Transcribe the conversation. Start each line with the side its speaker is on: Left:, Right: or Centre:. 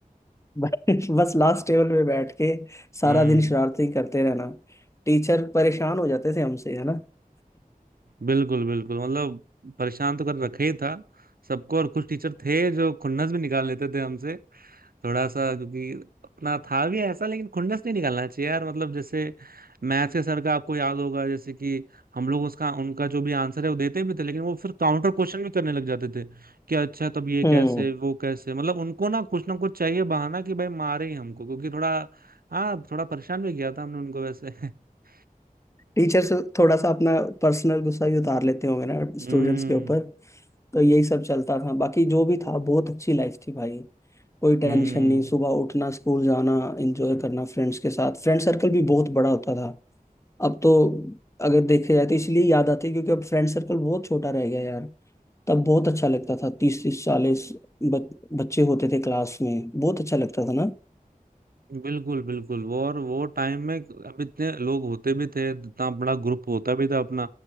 Left: <laughs> बस लास्ट टेबल पे बैठ के सारा
Right: हम्म
Left: दिन शरारती करते रहना टीचर परेशान हो जाते थे हमसे है ना <laughs>
Right: बिल्कुल बिल्कुल मतलब परेशान तो कर रखे ही था सबको और कुछ टीचर थे जो खुन्नस भी निकाल लेते थे हमसे थोड़ा सा क्योंकि अपना था भी ऐसा लेकिन खुन्नस नहीं निकालना चाहिए यार मतलब जैसे मैथ्स के सर का आपको याद होगा जैसे कि हम लोग उसका उनका जो भी आंसर है वो देते भी थे लेकिन वो फिर काउंटर क्वेश्चन भी करने लग जाते थे कि अच्छा तब ये
Left: हम्म
Right: कैसे वो कैसे मतलब उनको ना कुछ ना कुछ चाहिए बहाना कि भाई मारे ही हमको क्योंकि थोड़ा हाँ थोड़ा परेशान भी किया था हमने उनको वैसे <laughs>
Left: टीचर्स थोड़ा सा अपना पर्सनल गुस्सा भी उतार लेते होंगे ना
Right: हम्म
Left: स्टूडेंट्स के ऊपर तो यही सब चलता था बाकी जो भी था बहुत अच्छी लाइफ थी भाई कोई टेंशन
Right: हम्म
Left: नहीं सुबह उठना स्कूल जाना एंजॉय करना फ्रेंड्स के साथ फ्रेंड सर्कल भी बहुत बड़ा होता था अब तो अगर देखे जाए तो इसलिए याद आती है क्योंकि अब फ्रेंड सर्कल बहुत छोटा रह गया यार तब बहुत अच्छा लगता था तीस तीस चालीस बच, बच्चे होते थे क्लास में बहुत अच्छा लगता था ना
Right: बिल्कुल बिल्कुल वो और वो टाइम में अब इतने लोग होते भी थे इतना बड़ा ग्रुप होता भी था अपना